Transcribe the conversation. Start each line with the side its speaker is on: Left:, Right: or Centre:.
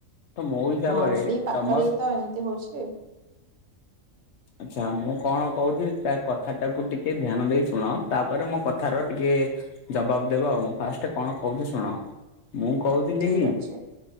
Left: ତ ମୋ ହିସାବରେ
Right: ହଁ ସେଇ ପାଖରେ
Left: ତମ
Right: ତ ଏମତି ହଉଛି।
Left: ଆଚ୍ଛା ମୁଁ କଣ କହୁଚି ତା କଥା ଟାକୁ ଟିକେ ଧ୍ୟାନ ଦେଇ ଶୁଣ ତାପରେ ମୋ କଥ୍ ଥାର ଟିକେ ଜବାବ ଦେବ ଆଉ ମୁଁ ଫାଷ୍ଟେ କଣ କହୁଚି ଶୁଣ। ମୁଁ କହୁଥିଲି
Right: ଠିକ
Left: କି
Right: ଅଛି